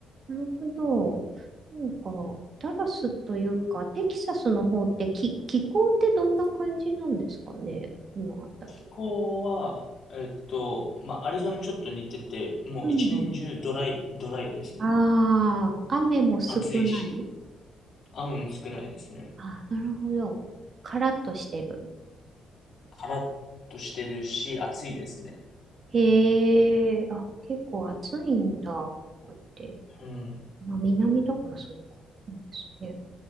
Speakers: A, on the right; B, on the left.
A: なるほど。なんか、ダラスというか、テキサスの方って気、気候ってどんな感じなんですかね、この辺り。
B: 気候は、えっと、まあ、アリゾナにちょっと似てて、もう一年中ドライ、
A: うんうん。
B: ドライですね。
A: ああ、雨も少ない。
B: 暑いし、雨も少ないですね。
A: あ、なるほど。カラッとしてる。
B: カラッとしてるし、暑いですね。
A: へえ、あ、結構暑いんだ、ここって。
B: うん。
A: まあ、南だからそうか。そうですね。